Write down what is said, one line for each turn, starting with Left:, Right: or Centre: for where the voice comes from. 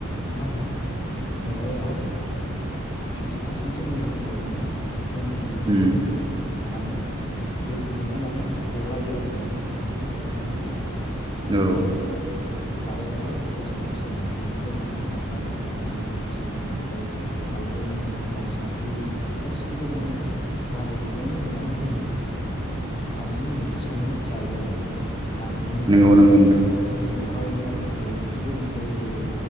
Left: मा होनो मेवायाहाय फिफ्टि पारसेन्टसो मोनो अब्ला जों गन गुन्दैखौहाय
Right: उम
Left: जोंनो माने दै गुदुाव लानानै गलायो आरोना दै गुदुंजों गलायनानै जोङो
Right: औ
Left: सारायावहाय होसोमहरसै आरो ना बिनिफ्राय जोंङो सामब्राम गुफुर देनानै हरसै बिनिफ्राय हालदै मस्ला संख्रि गासिखौबो जोङो नांगौ बिबांनि होनानै जोङो थामजि मिनिटसो संनानै जायो आरो न आरो बेनिफ्राय
Right: नंगौ नंगौ नोंथां
Left: जोंनियाव बेायबो माखासे ओंख्रिफोर मोनबावो जेरै